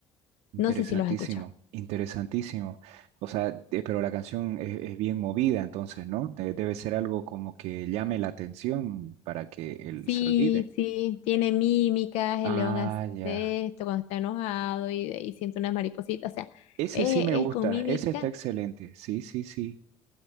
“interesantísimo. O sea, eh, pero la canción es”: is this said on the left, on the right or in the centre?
Right